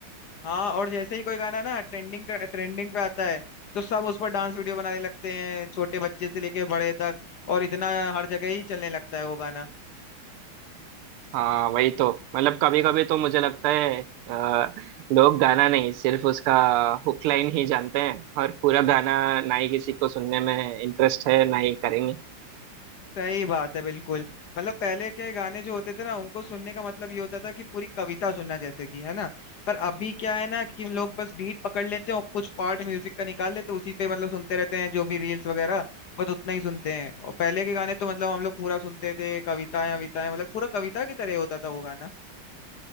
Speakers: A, on the left; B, on the right.
A: हाँ और जैसे ही कोई गाना ना ट्रेंडिंग ट्रेंडिंग पे आता है तो सब उस पर डांस वीडियो बनाने लगते हैं छोटे बच्चे से लेके बड़े तक और इतना हर जगह ही चलने लगता है वो गाना
B: हाँ वही तो मतलब कभी कभी तो मुझे लगता है अ, लोग गाना नहीं सिर्फ उसका हुक लाइन ही जानते हैं और पूरा गाना ना ही किसी को सुनने में इंटरेस्ट है ना ही करेंगे
A: सही बात है बिल्कुल मतलब पहले के गाने जो होते थे ना उनको सुनने का मतलब ये होता था कि पूरी कविता सुनना जैसे कि है ना पर अभी क्या है ना कि लोग बस बीट पकड़ लेते हैं और कुछ पार्ट म्यूजिक का निकाल लेते हैं उसी पे मतलब सुनते रहते हैं जो भी रील्स वगैरह बस उतना ही सुनते हैं और पहले के गाने तो मतलब हम लोग पूरा सुनते थे कविताएं विताएं मतलब पूरा कविता की तरह होता था वो गाना